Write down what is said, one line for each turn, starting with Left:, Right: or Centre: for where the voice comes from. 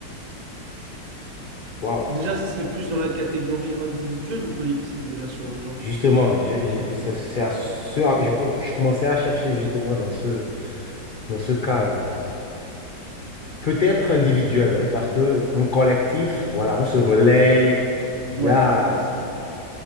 Left: Waouh.
Right: Déjà, ça serait plus dans la catégorie individuelle ou collective, déjà, selon toi?
Left: Justement, j'ai- j'ai- c'est c'est à ce-
Right: Ah,
Left: je, co- je commençais à chercher justement dans ce, dans ce cas-là. Peut-être individuel, hein, parce que en collectif, voilà, on se relaye.
Right: Ouais,
Left: Il y a,
Right: exact.